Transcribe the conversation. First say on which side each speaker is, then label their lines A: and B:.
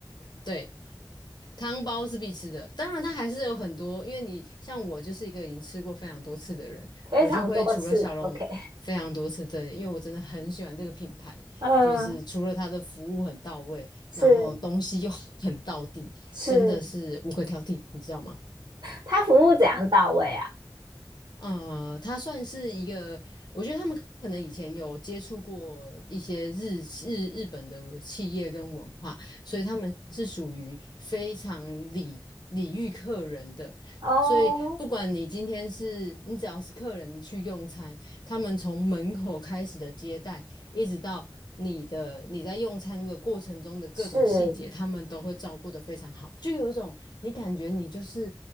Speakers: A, on the left (about 65°); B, on the right (about 80°).
A: 对，汤包是必吃的，当然它还是有很多，因为你像我就是一个已经吃过非常多次的人，
B: 非常多次。
A: 我就会除了小龙非常多次的，
B: OK，
A: 因为我真的很喜欢这个品牌，
B: <laughs> 嗯，
A: 就是除了它的服务很到位，
B: 是
A: 然后东西又 <laughs> 很到底，
B: 是，
A: 真的是无可挑剔，你知道吗？
B: 他服务怎样到位啊？
A: 呃，它算是一个，我觉得他们可能以前有接触过一些日日日本的企业跟文化，所以他们是属于非常礼礼遇客人的。
B: 哦，
A: 所以不管你今天是你只要是客人去用餐，他们从门口开始的接待，一直到你的你在用餐的过程中的各种细节，
B: 是
A: 他们都会照顾得非常好，就有一种你感觉你就是